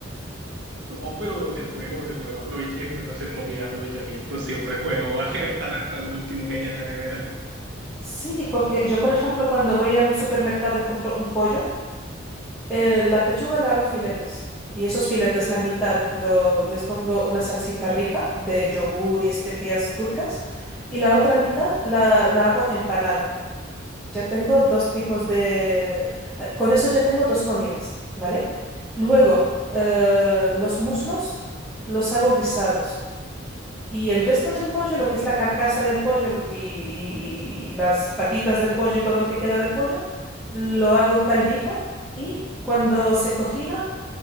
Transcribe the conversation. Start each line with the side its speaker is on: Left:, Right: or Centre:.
Right: Oh, pero es bueno, es bueno, aprove- es bueno hacer comida, aprovechamiento, siempre es bueno <laughs> estar hasta lo último que hay en la nevera.
Centre: Sí, porque yo, por ejemplo, cuando voy al supermercado y compro un pollo, Eh, la pechuga la hago filetes y esos filetes, la mitad, lo, les pongo una salsita rica de yogur y especias turcas y la otra mitad la, la hago empanada. Ya tengo dos tipos de... eh, Con eso ya tengo dos comidas, ¿vale? Luego, eh, los muslos los hago guisados. Y el resto del pollo, lo que es la carcasa del pollo y, y- y- y las patitas del pollo y todo lo que queda del pollo, lo hago caldito y cuando se cocina